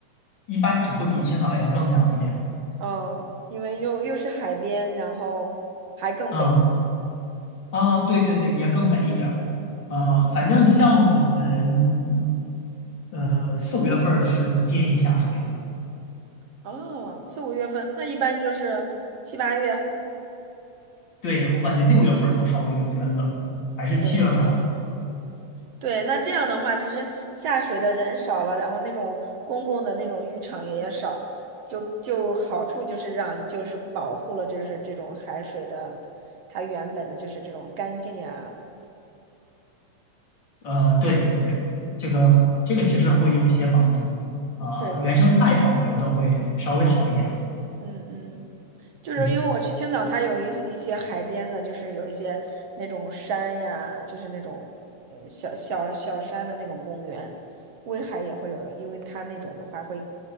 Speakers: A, on the left; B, on the right.
A: 一般只会比青岛要更凉一点儿。
B: <laughs> 嗯，因为又又是海边，然后还更北一点。
A: 嗯，啊，对对对，也更北一点儿。呃，反正像我们，呃，四五月份儿是不建议下水的。
B: 哦，四五月份那一般就是七八月，
A: 对，我感觉六月份儿都稍微有点冷，还是七月份儿好一点
B: 对。对，那这样的话，其实下水的人少了，然后那种公共的那种浴场也也少，就就好处就是让就是保护了就是这种海水的，它原本的就是这种干净呀，
A: 呃，对对，
B: 嗯，
A: 这个这个其实会有一些帮助。啊、
B: 对对是，
A: 原生态保留的会稍微好一点儿。
B: 嗯嗯，就是因为我去青岛，
A: 嗯。
B: 它有一一些海边的，就是有一些那种山呀，就是那种嗯小小小山的那种公园，威海也会有的，因为它那种的话会